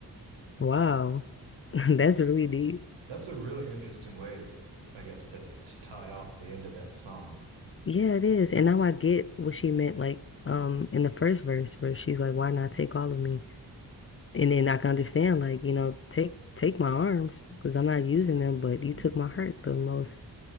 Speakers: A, on the left (about 30°); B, on the right (about 85°).
A: Wow. <laughs> That's really deep.
B: That's a really interesting way to, to- I guess, to to tie off the end of that song.
A: Yeah, it is. And now I get what she meant, like, um, in the first verse where she's like, why not take all of me? And then I can understand, like, you know, take take my arms because I'm not using them, but you
B: Mm.
A: took my heart, the most,